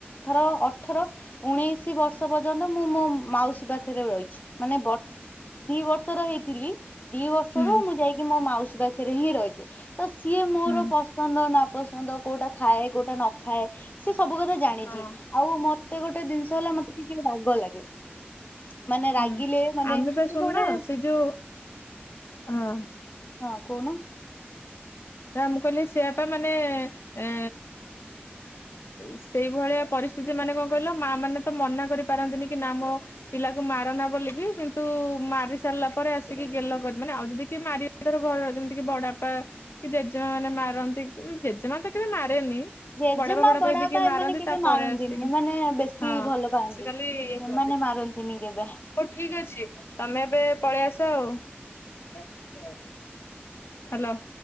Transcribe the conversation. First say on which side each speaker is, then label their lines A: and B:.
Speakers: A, on the left (about 45°); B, on the left (about 75°).
A: ଧର ଅଠର ଉଣେଇଶି ବର୍ଷ ପର୍ଯ୍ୟନ୍ତ ମୁଁ ମୋ ମାଉସୀ ପାଖରେ ରହିଚି। ମାନେ ବର୍ଷ ଦିବର୍ଷର ହେଇଥିଲି ଦିବର୍ଷରୁ
B: ହୁଁ
A: ମୁଁ ଯାଇକି ମୋ ମାଉସୀ ପା ଖରେ ହିଁ ରହିଚି ତ ସିଏ ମୋର
B: ହୁଁ
A: ପସନ୍ଦ ନା ପସନ୍ଦ କୋଉଟା ଖାଏ କୋଉଟା ନଖାଏ ସେ ସବୁ କଥା ଜାଣିଚି
B: ହଁ।
A: ଆଉ ମତେ ଗୋଟେ ଜିନିଷ ହେଲା ମତେ କି ରାଗ ଲାଗେ। ମାନେ ରାଗିଲେ
B: ହୁଁ
A: ମାନେ
B: ଆମେ
A: ଗୋଟେ
B: ତ ଶୁଣୁନ
A: ଗୋଟେ
B: ସେ ଯୋଉ ହଁ।
A: ହଁ କହୁନ।
B: ନା ମୁଁ କହିଲି ସେଆପା ମାନେ ଏ ସେଇଭଳିଆ ପରିସ୍ଥିତି ମାନେ କଣ କହିଲ ମା ମାନେ ତ ମନା କରିପାରନ୍ତିନି କି ନା ମ ପିଲାକୁ ମାରନା ବୋଲି ବି କିନ୍ତୁ ମାରି ସାରିଲା ପରେ ଆସିକି ଗେଲ କରି ମାନେ ଆଉ ଯଦି କିଏ ମାରି ତର ଘରର ଯେମିତି କି ବଡପା କି ଜେଜେମା ମାନେ ମାରନ୍ତି ଜେଜେମା ତ କେବେ ମାରେନି
A: ଜେଜେମା
B: ବଡବାପା ଫଡବାପା
A: ବଡାପା
B: ଯଦି କିଏ ମାରନ୍ତି
A: ଏମାନେ କେବେ
B: ତାପରେ
A: ମାରନ୍ତିନି
B: ଆସିକି
A: ଏମାନେ ବେଶୀ
B: ହଁ।
A: ଭଲ ପାଆନ୍ତି
B: ସେ ଖାଲି ଇଏ କୁହନ୍ତି
A: ଏମାନେ ମାରନ୍ତି ତିନିକେବେ
B: ହଉ ଠିକ ଅଛି ତମେ ଏବେ ପଳେଇ ଆସ ଆଉ ହ୍ୟାଲୋ।